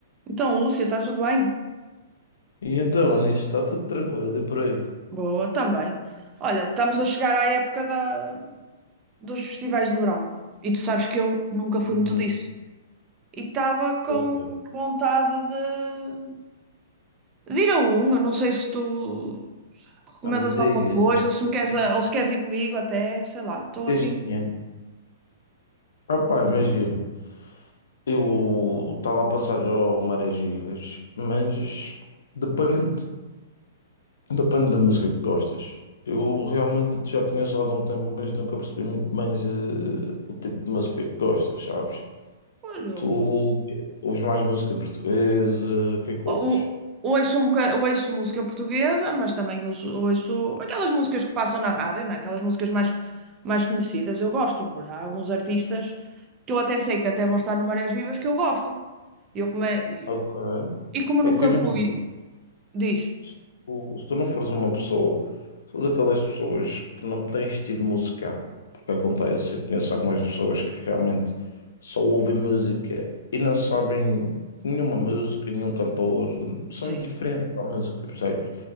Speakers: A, on the right; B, on the left.
A: Então, Lúcia, está tudo bem?
B: E então, Anis, está tudo tranquilo e por aí.
A: Boa, também. Olha, estamos a chegar à época da- dos festivais de verão. E tu sabes que eu nunca fui muito
B: Pois,
A: disso. E estava com
B: pois é.
A: vontade de, de ir a um. Eu não sei se tu recomendas
B: Não me digas,
A: alguma coisa
B: este,
A: ou se me queres,
B: este-
A: a- ou se queres ir comigo até, sei lá. Estou
B: este
A: assim.
B: ano. Opá, imagina, eu estava a passar ao Marés Vivas, mas depende, depende da música que gostas. Eu realmente já conheço há algum tempo, mas nunca percebi muito bem eh, o tipo de música que gostas, sabes?
A: olha, Eu
B: Tu ouves mais música portuguesa, o que é que
A: O-
B: ouves?
A: Ouço, um boca- ouço música portuguesa, mas também ouço, ouço aquelas músicas que passam na rádio, né? Aquelas músicas mais, mais conhecidas. Eu gosto, porque há alguns artistas que eu até sei que até vão estar no Marés Vivas que eu gosto. E Eu come... E
B: Ok.
A: e como
B: É
A: nunca
B: que eu mesmo.
A: fui, diz.
B: Se tu, se tu não fores uma pessoa, se fores aquelas pessoas que não têm estilo musical, porque acontece, eu conheço algumas pessoas que realmente só ouvem música e não sabem nenhuma música, nenhum cantor, são
A: Sim,
B: indiferentes à música, percebes?